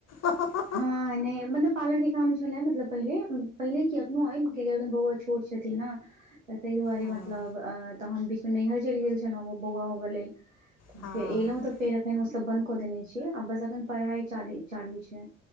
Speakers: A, on the left; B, on the right.
A: <unintelligible>
B: हँ नैय मनप पार्लर के काम छलैय मतलब पहिले, पहिले कि अखनो अय कि बौआ छोट छथिन न त तैय दुआरे
A: हँ
B: मतलब अ त हम बीचमे नैहर चइल गेल छलौं बौआ होबय लेल
A: हँ
B: से एलौं त फेर अखन ओ सब बंद क देने छी आ बस अखन पढ़ाय चाली चालु छै